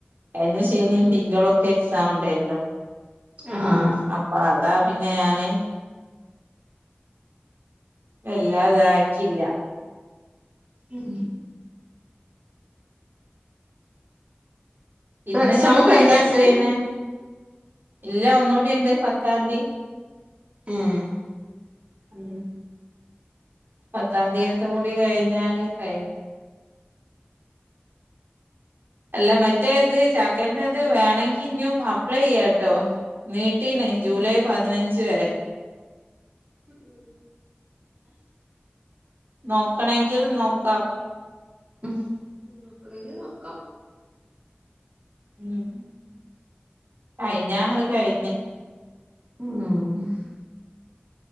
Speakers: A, on the right (about 60°); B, on the right (about 35°).
A: കഴിഞ്ഞ ശനി
B: ഉം
A: തിങ്കളൊക്കെ എക്സാം ഉണ്ടെനിയല്ലോ
B: ആഹ്
A: അപ്പ അതാ പിന്നെ ഞാന് വെല്ലാതാക്കില്ല
B: ഉം
A: ഇന്ന്ങ്ങട്ട്പ്പൊ
B: എക്സാം കഴിഞ്ഞണ്ട്
A: എന്താ ചെയ്യ്ണ് ഇല്ല ഒന്നുകൂടിണ്ട് പത്താംതി
B: ഉം
A: ഉം പത്താം തിയതിക്കൂടി കഴിഞ്ഞാല് കഴിഞ്ഞ് അല്ല മറ്റേ ഇത് ചാക്കൻ്റെത് വേണങ്കി ഇഞ്ഞും അപ്ലെയ്യാട്ടോ നീട്ടീണ് ജൂലൈ പതിനഞ്ച് വരെ
B: <inaudible>
A: നോക്കണെങ്കിൽ നോക്കാം
B: ഉം നോക്കണെങ്കി നോക്കാം
A: ഉം കയിഞ്ഞാ അങ്ങട് കയിഞ്ഞ്
B: ഉം